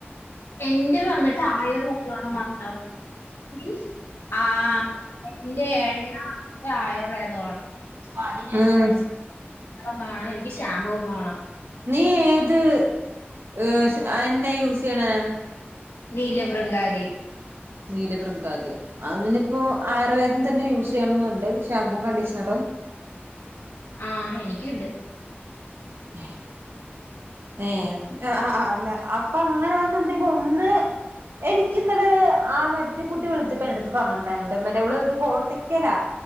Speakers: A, on the left; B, on the right.
A: എന്റെ വെന്നിട്ട് ആയിറോപ്യാണ് മൊത്തം മീൻ സ് ആ എന്റെ എണ്ണം <unintelligible> ആയുർവേദാണ്
B: ഊഹ്
A: ഉം വേണം
B: <inaudible>
A: എനിക്ക് ഷാമ്പൂവും വേണം
B: നീ, ഏത്! ഉഹ് എണ്ണേ യൂസെയ്യണെ?
A: നീലവൃംഗാദി
B: നീലവൃഗ്യാതിയോ അയിനിപ്പോ ആയുർവേദം തന്നെ യൂസ് ചെയ്യണംന്ന്ണ്ട് ശാമ്പൂ കണ്ടീഷ്ണറും
A: ആഹ ഹെനിക്യൂണ്ട്
B: <inaudible> ഏ! എ അ അഅല്ല അപ്പ അങ്ങനൊന്നുണ്ടെങ്കിൽ ഒന്ന് എനിക്കിന്നെലെ ആ മറ്റെ കുട്ടി വിളിച്ചപ്പോ! എടുത്ത് പറഞ്ഞട്ടുണ്ടായിരുന്നോട്ടാ <unintelligible> ഇത് കോട്ടക്കലാ